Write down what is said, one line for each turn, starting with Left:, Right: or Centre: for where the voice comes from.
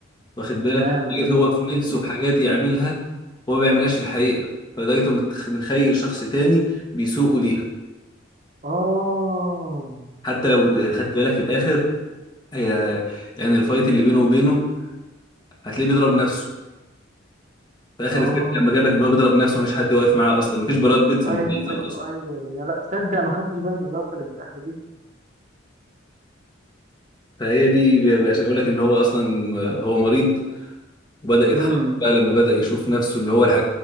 Left: واخد بالك
Right: تمام جميل
Left: لدرجة هو في نفسه
Right: جميل
Left: في حاجات يعملها هو ما بيعملهاش في الحقيقة فلدرجة هو متخ- متخيل شخص تاني بيسوقه ليها
Right: آه
Left: حتى لو خدت بالك في الاخر هي- يعني الفايت اللي بينه وبينه هتلاقيه بيضرب نفسه في اخر
Right: آه
Left: الفيلم لما جاب لك ان هو بيضرب نفسه مفيش حد واقف معاه اصلا مفيش براد بيت في المسلسل
Right: أيوه أيوه
Left: اصلا
Right: أيوه يا لا تصدق ما خدتش بالي من اللقطة اللي في الآخر دي
Left: فهي دي ب- عشان اقول لك ان هو اصلا هو مريض وبدا يتحرك
Right: امم
Left: بقى لما بدا يشوف نفسه اللي هو الح...